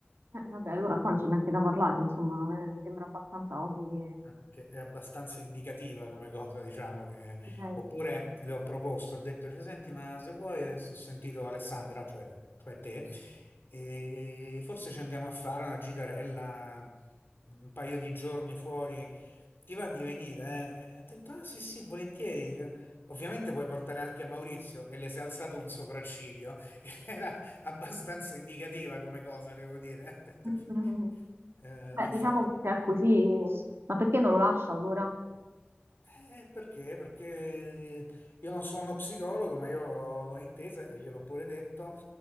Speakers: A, on the right; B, on the left.
A: eh, vabbè, allora qua non c'è neanche da parlare, insomma, eh, mi sembra abbastanza ovvio che...
B: Ah, che è abbastanza indicativa come cosa, diciamo che...
A: direi.
B: Oppure le ho proposto, ho detto, cioè, senti, ma se vuoi, adesso ho sentito Alessandra, cioè, cioè te, e forse ci andiamo a fare una gitarella, un paio di giorni fuori, ti va di venire? eh?" E ho detto, ah sì sì, volentieri, dice. Ovviamente puoi portare anche Maurizio e le si è alzato un sopracciglio, <laughs> che era abbastanza indicativa come cosa, devo dire. Ho detto,
A: Mhm.
B: eh,
A: Beh,
B: e infatti
A: diciamo che se è così, ma perché non lo lascia allora?
B: Eh, perché? Perché eh, io non sono psicologo, ma io l'ho intesa e gliel'ho pure detto